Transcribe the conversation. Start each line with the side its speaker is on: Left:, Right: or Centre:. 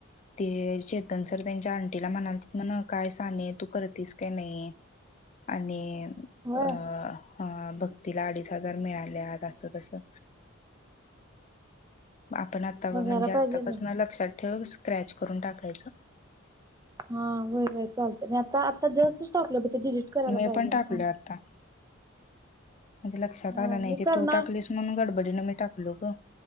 Left: तेवढं कमवली ते चेतन सर त्यांच्या आंटीला म्हणालती म्हण काय साने तू करतीस काय नाही आणि
Right: होय
Left: अ हा भक्तीला अडीच हजार मिळाल्यात असं कसं आपण आता
Right: बघायला
Left: म्हणजे आतापासून
Right: पाहिजे पण
Left: लक्षात ठेवू, स्क्रॅच करून टाकायचं.
Right: हा व्हय व्हय चालत, मी आता आता जस्टच टाकलं होत डिलीट करायला
Left: मी
Right: पाहिजे
Left: पण टाकलोय
Right: थांब.
Left: आता म्हणजे लक्षात
Right: म
Left: आलं नाही
Right: मी
Left: ते
Right: करणार
Left: तू टाकलीस म्हणून गडबडीनं मी टाकलो ग.